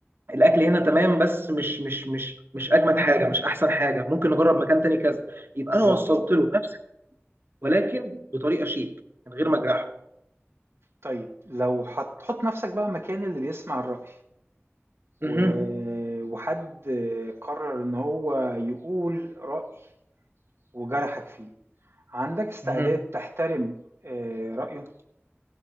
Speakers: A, on the right; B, on the right.
A: الاكل هنا تمام بس مش مش مش مش اجمد حاجه مش احسن حاجه ممكن نجرب مكان تاني كذا يبقى
B: بالظبط
A: انا وصلت له نفس ولكن بطريقه شيك من غير ما اجرحه
B: طيب لو هتحط نفسك بقى مكان اللي بيسمع الرأي
A: مهم.
B: و... وحد قرر ان هو يقول رأي وجرحك فيه عندك استعداد
A: مهم.
B: تحترم آه، رأيه